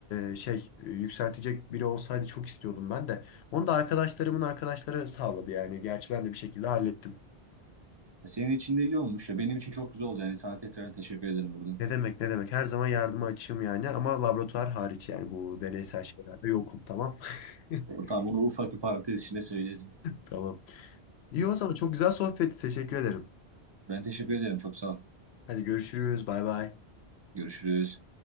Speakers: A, on the left; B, on the right.
A: e, şey e, yükseltecek biri olsaydı çok istiyordum ben de. Onu da arkadaşlarımın arkadaşları sağladı yani gerçi ben de bir şekilde hallettim.
B: Senin için de iyi olmuş ya. Benim için çok güzel oldu yani. Sana tekrar teşekkür ederim buradan.
A: Ne demek ne demek. Her zaman yardıma açığım yani ama laboratuvar hariç yani bu deneysel şeylerde yokum tamam. <laughs>
B: O, tamam onu ufak bir parantez içinde söyledim.
A: Tamam. İyi o zaman çok güzel sohbetti. Teşekkür ederim.
B: Ben teşekkür ederim. Çok sağ ol.
A: Hadi görüşürüz. Bay bay.
B: Görüşürüz.